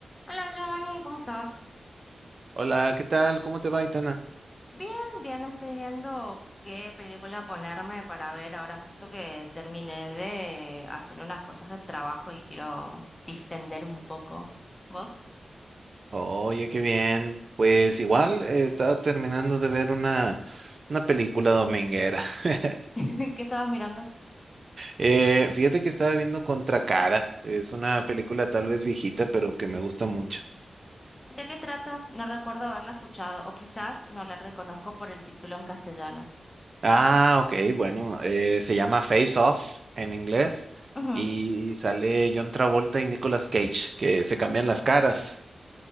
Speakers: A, on the left; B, on the right.
A: Hola Giovanni, ¿cómo estás?
B: Hola, ¿qué tal? ¿Cómo te va, Itana?
A: Bien, bien, estoy viendo qué película ponerme para ver ahora justo que terminé de hacer unas cosas del trabajo y quiero distender un poco. ¿Vos?
B: Oye, qué bien. Pues igual eh, estaba terminando de ver una, una película dominguera. <laughs>
A: <laughs> ¿Qué estabas mirando?
B: Eh, fíjate que estaba viendo Contra Cara. Es una película tal vez viejita, pero que me gusta mucho.
A: ¿De qué trata? No recuerdo haberla escuchado o quizás no la reconozco por el título en castellano.
B: Ah, ok, bueno, eh, se llama Face Off en inglés
A: Ujú.
B: y sale John Travolta y Nicolas Cage, que se cambian las caras.